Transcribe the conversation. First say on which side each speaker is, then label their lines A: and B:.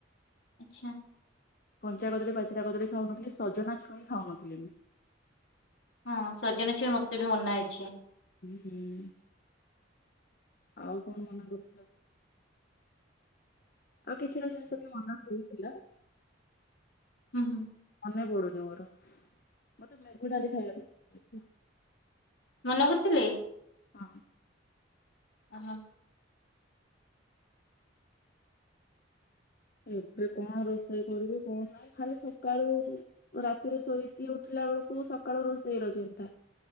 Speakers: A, on the left (about 70°); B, on the left (about 50°).
A: ଆଚ୍ଛା।
B: କଞ୍ଚା କଦଳୀ ପାଚିଲା କଦଳୀ ଖାଉନଥିଲି ସଜନା ଛୁଇଁ ଖାଉନଥିଲି ବି।
A: ହଁ ସଜନା ଛୁଇଁ ମତେ ବି ମନା ହେଇଛି।
B: <inaudible> ଆଉ କଣ ମନା କରିଥିଲା? ଆଉ କିଛିଟା ଜିନଷ ବି ମନା କରିଥିଲା।
A: <unintelligible>
B: ମନେ ପଡୁନି ମୋର। ମତେ ମୁଗ ଡାଲି ଖାଇବା ପାଇଁ <unintelligible>
A: ମନା କରିଥିଲେ।
B: ହଁ।
A: ଆସ।
B: ଏବେ କଣ ରୋଷେଇ କରିବି କଣ ନାହିଁ, ଖାଲି ସକାଳୁ ରାତିରେ ଶୋଇକି ଉଠିଲା ବେଳକୁ, ସକାଳୁ ରୋଷେଇ ର ଚିନ୍ତା।